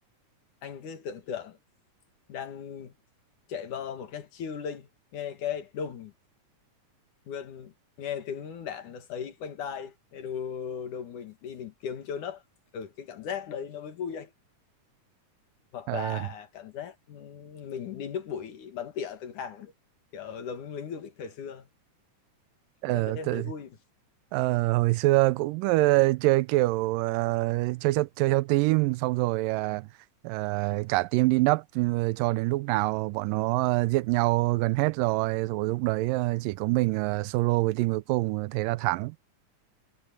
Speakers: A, on the left; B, on the right.
A: anh cứ tưởng tượng đang chạy bo một cách chiêu linh nghe cái đùng nguyên nghe tiếng đạn nó sấy quanh tai nghe đù đùng mình đi mình kiếm chỗ nấp ừ cái cảm giác đấy nó mới vui anh hoặc
B: À,
A: là cảm giác ừm, mình đi núp bụi bắn tỉa từng hàng kiểu giống lính du kích thời xưa
B: ờ,
A: cảm giác đấy em
B: tự,
A: thấy vui
B: ờ, hồi xưa cũng ờ, chơi kiểu ờ, chơi theo, chơi theo team xong rồi ờ, ờ, cả team đi nấp ờ, cho đến lúc nào bọn nó ờ, giết nhau gần hết rồi rồi lúc đấy ờ, chỉ có mình ờ, solo với team cuối cùng thế là thắng.